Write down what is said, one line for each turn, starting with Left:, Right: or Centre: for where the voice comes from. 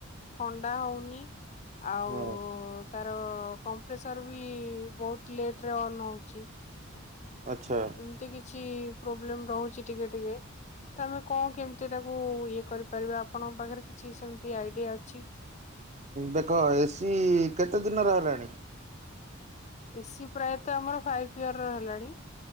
Left: ଥଣ୍ଡା ହଉନି। ଆଉ
Right: ହଁ
Left: ତାର କମ୍ପ୍ରେସର ବି ବହୁତ ଲେଟ ରେ ଅନ୍ ହଉଛି।
Right: ଆଚ୍ଛା
Left: ଏମିତି କିଛି ପ୍ରୋବ୍ଲେମ ରହୁଛି ଟିକେ ଟିକେ ତ ଆମେ କଣ କେମିତି ତାକୁ ଇଏ କରିପାରିବା ଆପଣଙ୍କ ପାଖରେ କିଛି ସେମିତି ଆଇଡିଆ ଅଛି।
Right: ଦେଖ ଏ ସିି କେତେ ଦିନରେ ହେଲାଣି
Left: ଏ ସିି ପ୍ରାୟତ ଆମର ଫାଇଭ ଇୟର ର ହେଲାଣି